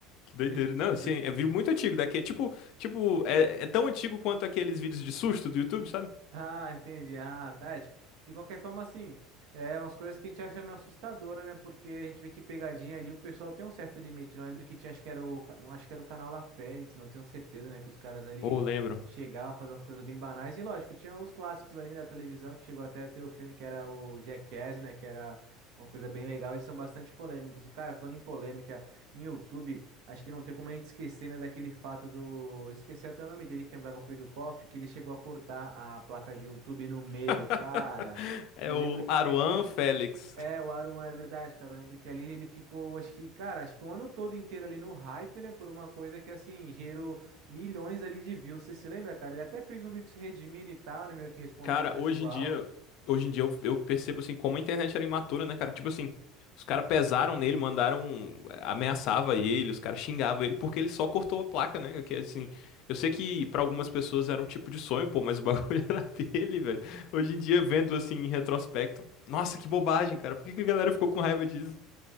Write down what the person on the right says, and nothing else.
Eu,
eu,
Ah, entendi. Ah, tá. É, De qualquer forma, assim, é umas coisas que a gente acha meio assustadora, né? Porque a gente vê que pegadinha ali, o pessoal tem um certo limite. Não lembro que tinha, acho que era o, ca- não, acho que era o canal La Fênix, não tenho certeza, né? Que os caras ali
chegavam a fazer umas coisas bem banais. E lógico, que tinha os clássicos ali né, da televisão, que chegou até a ter o filme que era o Jackass, né? Que era uma coisa bem legal e são bastante polêmicos. E, cara, falando em polêmica, em YouTube. Acho que não tem como a gente esquecer, né, daquele fato do. eu Esqueci até o nome dele que andava com o Koff, que ele chegou a cortar a placa de YouTube no meio,
cara.
Eu
lembro que
teve.
É, o Aruan, é verdade, cara. Eu lembro que ali ele ficou, acho que, cara, acho que um ano todo inteiro ali no hype, né, por uma coisa que, assim, gerou milhões ali de views. Você se lembra, cara? Ele até fez um vídeo se redimindo e tal, né, meio que respondendo
o pessoal.